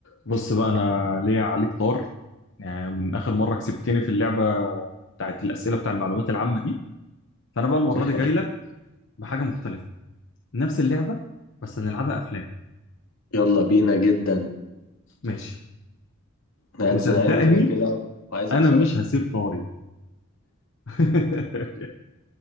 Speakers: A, on the left (about 55°); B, on the left (about 70°).
A: بص بقى انا ليا عليك طار يعني من اخر مره كسبتني في اللعبه بتاعت الاسئله بتاع المعلومات العامه دي فانا بقى المره
B: <laughs>
A: دي جاي لك بحاجه مختلفه نفس اللعبه بس هنلعبها افلام
B: يلا بينا جدا انا
A: ماشي
B: قاعد
A: وصدقني
B: زهقان كده كده وعايز
A: انا
B: اكسبك
A: مش
B: تاني
A: هسيب طاري <laughs>